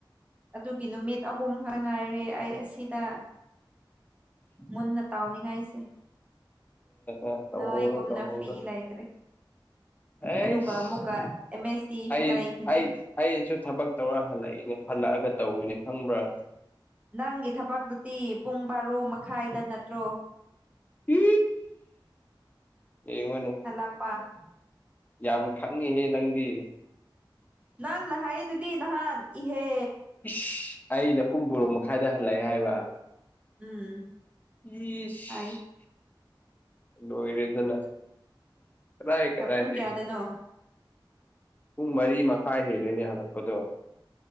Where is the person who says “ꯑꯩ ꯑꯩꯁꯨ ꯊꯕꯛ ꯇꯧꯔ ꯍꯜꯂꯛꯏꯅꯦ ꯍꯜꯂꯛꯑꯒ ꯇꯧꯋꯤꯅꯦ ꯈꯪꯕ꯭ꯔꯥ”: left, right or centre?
Left